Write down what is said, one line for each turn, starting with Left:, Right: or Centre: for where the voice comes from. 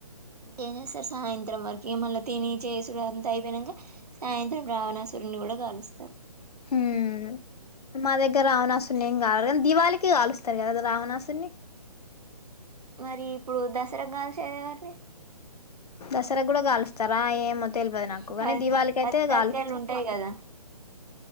Right: ఇంకేం చేస్తారు సాయంత్రం వరకు ఇగ మళ్ళా తిని చేసుడు అది అంతా అయిపోయినంక సాయంత్రం రావణాసురుని కూడా గాలుస్తరు
Left: హుమ్ మా దగ్గర రావణాసురుని ఏం గాల మేం దివాళికి గాలుస్తం కదా రావణాసురుని
Right: మరి ఇప్పుడు దసరగాల్షేది ఎవరిది
Left: దసరకు కూడా గాల్స్తారా ఏమో తెల్వదు
Right: మ్మ్
Left: నాకు కానీ
Right: పది
Left: దీవళికయితే
Right: పది తలకాయలు
Left: గాలుస్తా
Right: ఉంటాయి కదా